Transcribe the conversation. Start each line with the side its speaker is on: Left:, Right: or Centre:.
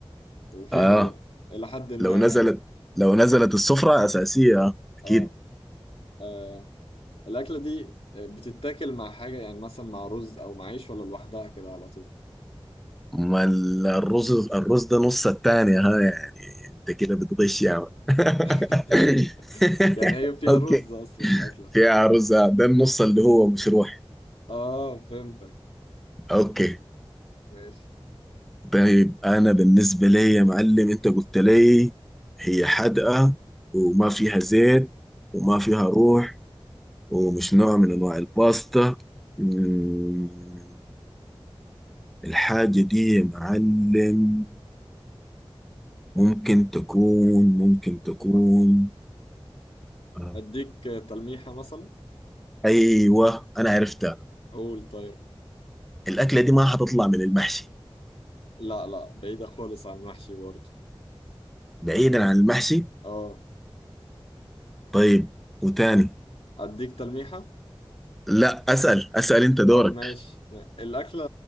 Left: وفيها
Centre: اه
Left: روح الى حد ما
Centre: لو نزلت
Left: يعني
Centre: لو نزلت السفرة أساسية آه، أكيد
Left: اه آه، الاكله دي بتتاكل مع حاجه يعني مثلا مع رز او مع عيش ولا لوحدها كده على طول
Centre: ما ال- الرز الرز ده نص التاني ها يعني أنت كده بتغش يا عم
Left: <laughs>
Centre: <laughs>
Left: يعني هي فيها
Centre: أوكي
Left: رز اصلا الاكله
Centre: فيها رز آه، ده النص اللي هو مشروح
Left: اه فهمتك
Centre: أوكي
Left: ماشي
Centre: طيب أنا بالنسبة لي يا معلم أنت قلت لي هي حادقة وما فيها زيت وما فيها روح ومش نوع من انواع الباستا مم، الحاجة دي يا معلم ممكن تكون ممكن تكون آه.
Left: اديك تلميحه مثلا
Centre: ايوه انا عرفتها
Left: قول طيب
Centre: الاكلة دي ما حتطلع من المحشي
Left: لا لا بعيده خالص عن المحشي برضه
Centre: بعيدا عن المحشي
Left: اه
Centre: طيب وتاني
Left: اديك تلميحه
Centre: لا اسأل اسأل انت دورك
Left: اه ماشي الاكله